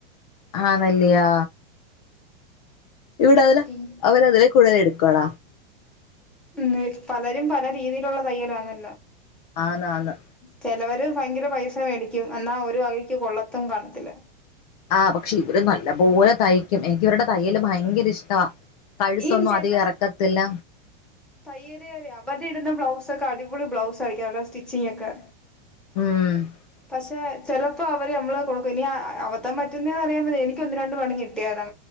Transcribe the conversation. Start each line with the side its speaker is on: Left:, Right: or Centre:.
Left: ആഹ് നല്ലിയോ? ഇവിടെ അതില
Centre: പിൻ
Left: അവർ അതില്കൂടുതല് എട് ക്കള
Centre: <unintelligible> പലരും പല രീതിയിലുള്ള തയ്യലാ മ്
Left: ആന്നാന്ന്
Centre: ചെലവ ഭയങ്കര പൈസ മേടിക്കും എന്നാ ഒരു വകയ്ക്കും, കൊള്ളത്തും, കാണത്തില്ല.
Left: ആഹ് പക്ഷെ ഇവര് നല്ല പോലെ തയ്ക്കും എനിക്ക് ഇവരുടെ തയ്യല് ഭയങ്കര ഇഷ്ടവാ. കഴുത്തൊന്നും
Centre: ൻ ചില
Left: അധികം എറക്കത്തില്ല
Centre: തയ്യല്കാരെ അവര് ഇടുന്ന ബ്ലൗസ് <unintelligible> അടിപൊളി ബ്ലൗസ് ആയിരിക്കും അവരുടെ സ്റ്റിച്ചിങ്ങ് ഒക്കെ.
Left: ഉം
Centre: പക്ഷെ ചെലപ്പോ അവര് നമ്മള് കൊടുക്കും ഇനി അബദ്ധം പറ്റുന്നതാന്നോന്നറിയാപ. എനിക്ക് ഒന്ന് രണ്ട് പണികിട്ടിയതാ.